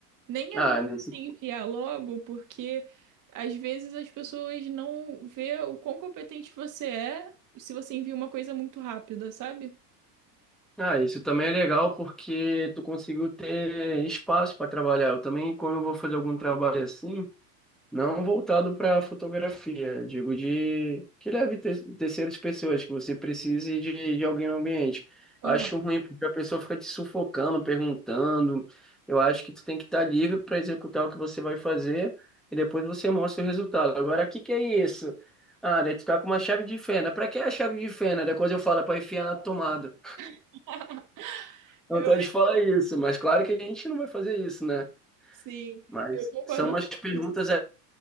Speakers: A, on the right; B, in the centre.
A: Nem
B: Ah,
A: é bom
B: nesse
A: se enviar logo, porque às vezes as pessoas não vê o quão competente você é se você envia uma coisa muito rápida, sabe?
B: Ah, isso também é legal porque tu conseguiu ter espaço para trabalhar. Eu também, quando eu vou fazer algum trabalho assim, não voltado para fotografia, digo de que leve ter- terceiras pessoas, que você precise de, de alguém no ambiente. Acho
A: Aham.
B: ruim porque a pessoa fica te sufocando, perguntando. Eu acho que tu tem que estar livre para executar o que você vai fazer e depois você mostra o resultado. Agora, o que que é isso? Ah, daí tu tá com uma chave de fenda. Pra que a chave de fenda? Depois eu falo para enfiar na tomada.
A: <laughs>
B: Vontade
A: Eu, acho-
B: de falar isso, mas claro que a gente não vai fazer isso, né?
A: sim,
B: Mas
A: eu concordo
B: são umas
A: com
B: perguntas
A: isso.
B: aí